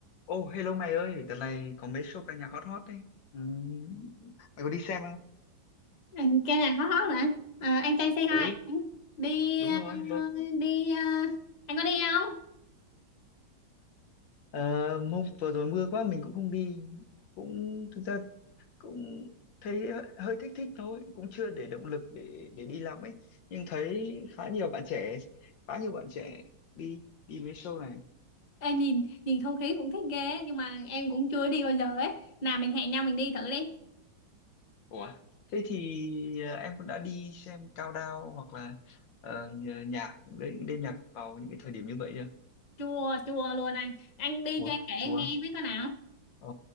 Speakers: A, on the left; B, on the left.
A: Ô, hello mày ơi, đợt này có mấy show ca nhạc hot hot đấy. Ừ, mày có đi xem không?
B: Ừ, Cái này hot hot rồi à, anh trai say hi
A: Ừ,
B: đi
A: đúng
B: ờ,
A: rồi. Vâng.
B: đi ờ, anh có đi không
A: Ờ, hôm vừa rồi mưa quá mình cũng không đi. Cũng thực ra cũng thấy hơi hơi thích thích thôi, cũng chưa để động lực để để đi lắm ấy. Nhưng thấy khá nhiều bạn trẻ, khá nhiều bạn trẻ đi đi mấy show này.
B: Ê, nhìn nhìn không khí cũng thích ghê nhưng mà em cũng chưa đi bao giờ ấy nào mình hẹn nhau mình đi thử đi
A: Ủa, thế thì ờ, em cũng đã đi xem Cao Đao hoặc là ờ, nhạc đêm đêm nhạc vào những cái thời điểm như vậy chưa?
B: chua chua luôn anh anh đi
A: Ủa,
B: cho anh kể
A: chúa.
B: em nghe với coi nào
A: Ờ,